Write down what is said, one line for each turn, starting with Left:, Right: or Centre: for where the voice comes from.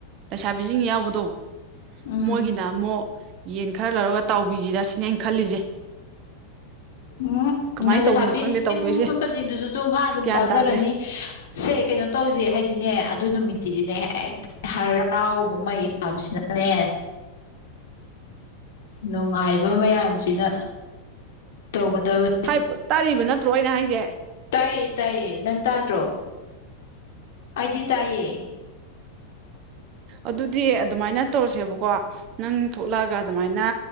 Right: ꯂꯩꯁꯥꯕꯤꯁꯤꯡ ꯌꯥꯎꯕꯗꯣ
Left: ꯎꯝ
Right: ꯃꯣꯏꯒꯤꯅ ꯑꯃꯨꯛ ꯌꯦꯟ ꯈꯔ ꯂꯧꯔꯒ ꯇꯥꯎꯕꯤꯁꯤꯔ ꯁꯤꯅꯦ ꯑꯩꯅ ꯈꯜꯂꯤꯁꯦ
Left: ꯎꯝ
Right: ꯀꯃꯥꯏꯅ
Left: ꯉꯥ ꯂꯩꯁꯥꯕꯤꯁꯤꯡ
Right: ꯇꯧꯕꯅꯣ ꯈꯪꯗꯦ ꯇꯧꯗꯣꯏꯁꯦ
Left: ꯈꯣꯠꯄꯁꯤꯡꯗꯨꯁꯨꯁꯨ ꯉꯥ ꯑꯗꯨꯝ
Right: ꯒ꯭ꯌꯥꯟ
Left: ꯆꯥꯖꯔꯅꯤ
Right: ꯇꯥꯗ꯭ꯔꯦ
Left: ꯁꯦ ꯀꯩꯅꯣ ꯇꯧꯁꯦ ꯍꯥꯏꯗꯤꯅꯦ ꯑꯗꯨ ꯅꯨꯃꯤꯠꯇꯤꯗꯤꯅꯦ ꯍ ꯍꯛꯇ ꯍꯔꯥꯎꯕ ꯃꯌꯥꯝꯁꯤꯅꯅꯦ ꯅꯨꯡꯉꯥꯏꯕ ꯃꯌꯥꯝꯁꯤꯅ ꯇꯧꯒꯗꯕ
Right: ꯍꯥꯏ ꯇꯥꯔꯤꯕ ꯅꯠꯇ꯭ꯔꯣ ꯑꯩꯅ ꯍꯥꯏꯁꯦ
Left: ꯇꯥꯏꯌꯦ ꯇꯥꯏꯌꯦ ꯅꯪ ꯇꯥꯗ꯭ꯔꯣ ꯑꯩꯗꯤ ꯇꯥꯏꯌꯦ
Right: ꯑꯗꯨꯗꯤ ꯑꯗꯨꯃꯥꯏꯅ ꯇꯧꯔꯁꯦꯕꯀꯣ ꯅꯪ ꯊꯣꯛꯂꯛꯑꯒ ꯑꯗꯨꯃꯥꯏꯅ